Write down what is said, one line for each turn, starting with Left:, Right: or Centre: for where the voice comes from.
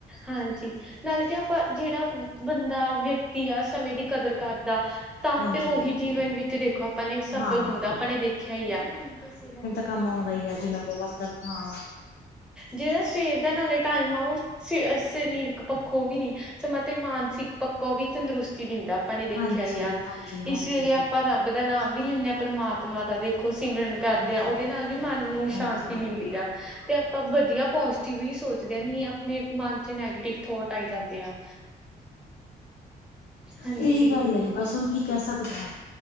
Centre: ਹਾਂਜੀ, ਨਾਲੇ ਜੇ ਆਪਾਂ ਜੇੜਾ ਬੰਦਾ ਵਿਅਕਤੀ ਆ ਸਮੇਂ ਦੀ ਕਦਰ ਕਰਦਾ ਤਾਂ
Left: ਹਾਂਜੀ
Centre: ਫੇਰ ਓਹੀ ਜੀਵਨ ਵਿੱਚ ਦੇਖੋ ਆਪਾਂ ਨੇ ਸਫਲ
Left: ਹਾਂ
Centre: ਹੁੰਦਾ ਆਪਾਂ ਨੇ ਦੇਖੇਆ ਈ ਆ ਥੋੜੇ ਟਾਈਮ ਕਿਸੇ ਨਾ ਕਿਸੇ
Left: ਕੰਮ ਔਂਦਾ ਈ ਆ ਜਿਵੇਂ ਆਪਾਂ ਵਦ ਥਾਂ
Centre: ਜੇੜਾ ਸਵੇਰ ਦਾ ਨਾਲੇ ਟਾਈਮ ਆ, ਓ ਸ ਸਰੀਰਕ ਪੱਖੋਂ ਵੀ ਨੀ ਸਮਾਂ ਤੇ ਮਾਨਸਿਕ ਪੱਖੋਂ ਵੀ ਤੰਦਰੁਸਤੀ ਦਿੰਦਾ। ਆਪਾਂ ਨੇ ਦੇਖੇਆ
Left: ਹਾਂਜੀ
Centre: ਈ ਆ,
Left: ਹਾਂਜੀ
Centre: ਇਸ
Left: ਹਾਂਜੀ
Centre: ਵੇਲੇ ਆਪਾਂ ਰੱਬ ਦਾ ਨਾਮ ਵੀ ਲਿੰਨੇ ਆਂ। ਪਰਮਾਤਮਾ ਤਾਂ ਦੇਖੋ ਸਿਮਰਨ ਕਰਦੇ
Left: ਹਾਂਜੀ
Centre: ਆ ਓਦੇ ਨਾਲ ਵੀ ਮਨ ਨੂੰ ਸ਼ਾਂਤੀ
Left: ਹਾਂਜੀ
Centre: ਮਿਲਦੀ ਆ। ਤੇ ਆਪਾਂ ਵਦੀਆ ਪੋਜ਼ਟਿਵ ਵੀ ਸੋਚਦੇ ਆਂ ਨਹੀਂ ਆ ਮਨ ਚ ਨੈਗੇਟਿਵ ਥੋਟ ਆਈ ਜਾਂਦੇ ਆ। ਇਹੀ
Left: ਏਹੀ ਗੱਲ ਆ ਜੀ ਬਸ ਹੁਨ ਕੀ ਕੈ ਸਕਦੇ ਆਂ,